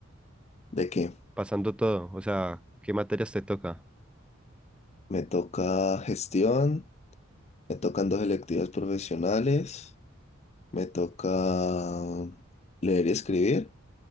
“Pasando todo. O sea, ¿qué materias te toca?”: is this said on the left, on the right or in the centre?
Centre